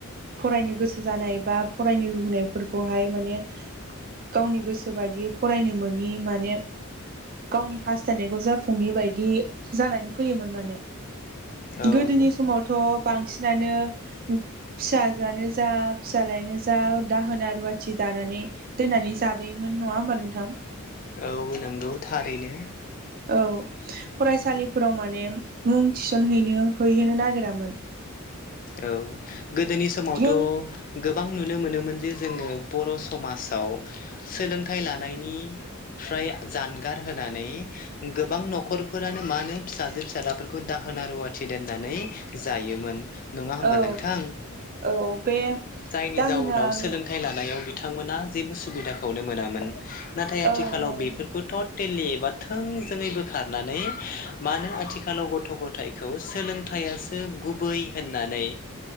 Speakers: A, on the right (about 40°); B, on the left (about 40°).
A: फरायनो गोसो जानाय बा फरायनो लुबैनायफोरखौहाय माने गावनि गोसो बायदि फरायनो मोनि माने गावनि हास्थायनायखौ जाफुंयि बायदि जानानै फैयोमोन माने
B: औ
A: गोदोनि समावथ' बांसिनानो फिसाजोआनो जा फिसालायानो जा दाहोना रुवाथि दा थानानै दोननानै जाबोयोमोन नंङा होमबा नोंथां।
B: औ नोंगौ थारैनो
A: औ फरायसालिफोराव माने मुं थिसनहैनो हैहोनो नागिरामोन
B: औ गोदोनि समावथ'
A: जों
B: गोबां नुनो मोनोमोन जे जोंङो बर' समाजाव सोलोंथाइ लानायनिफ्राय जानगार होनानै गोबां न'खरफोरानो मा नो फिसाजो फिसााजलाफोरखौ दाहोना रुवाथि दोननानै जायोमोन। नंङा होमबा
A: औ
B: नोंथां
A: औ बे
B: जायनि
A: दाहोना
B: जाउनाव
A: रु
B: सोलोंथाइ लानायाव बि थांमोना जेबो सुबिदाखौनो मोनामोन नाथाय आथिखालाव
A: औ औ
B: बेफोरखौ थ टेलि एबा थोंजोङै बोखारनानै मानो आथिखालाव गथ' गथायखौ सोलोंथा यासो गुबै होननानै